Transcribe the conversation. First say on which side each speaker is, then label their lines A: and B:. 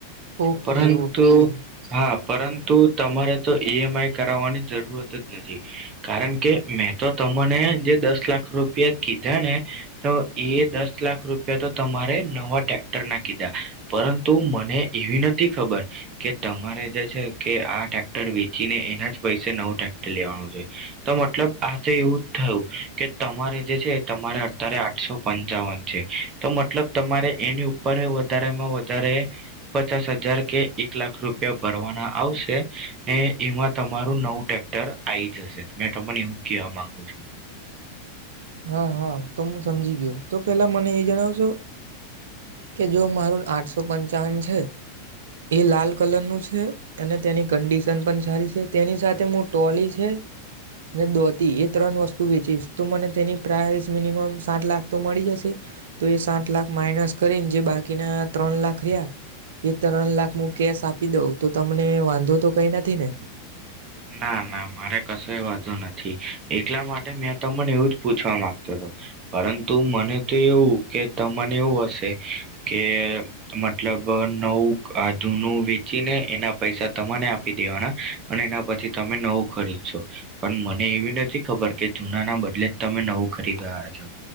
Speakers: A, on the right; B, on the right.
A: ઓકે
B: પરંતુ
A: ઓકે
B: હા પરંતુ તમારે તો ઈ એમ આઈ કરાવવાની જરૂરત જ નથી કારણ કે મેં તો તો મને જે દસ લાખ રૂપ રૂ કીધા ને તો એ દસ લાખ રૂપિયા તો તમારે નવા ટ્રેક્ટર ના કીધા પરંતુ ને એવી નથી બચ કે તમારે જે છે કે આ ટ્રેક્ટર વેચીને એના જ પૈસે નવું ટ્રેક્ટર લેવાનું છે. તો મતલબ આજે એવું જ થયું. કે તમારે જે છે તમારે અત્યારે આઠસો પંચાવન છે તો મતલબ તમારે એની ઉપર વધારેમાં વધારે પચાસ હ જ્યારે કે એક લાખ રૂપિયા ભરવાના આવશે ને એમાં તમારું નવું ટ્રેક્ટર આઈ જશે મેં તમને એવું કહેવા માંગુ છું.
A: હા હા તો હું સમજી ગયો તો પેલા મને એ જણાવશો કે જો મારું આઠસો પંચાવન છે. એ લાલ કલર નું છે. અને તેની કંડિશન પણ સારી છે તેની સાથે હું ટોલી છે ને દોતી એ ત્રણ વસ્તુ વેચીશ તું મને તેની પ્રાઇસ મિનિમમ સાત લાખ તો મળી જશે તો એ સાત લાખ માઇનસ કરીને જે બાકીના ત્રણ લાખ રહ્યા એ ત્રણ લાખ હું કેશ આપી દઉં તો તમને વાંધો તો કઈ નથી ને?
B: ના ના મારે કશુય વાંધો નથી એટલા માટે મેં તમને એવું જ પૂછવા માંગતો હતો પરંતુ મને તો એવું કે તમને એવું હશે કે મતલબ નવું જૂનું વેચીને એના પૈસા તમાને આપી દેવાના અને એના પછી તમે નવું ખરીદશો પણ મને એવી નથી ખબર કે જૂના ના બદલે જ તમે નવું ખરીદ્યા છો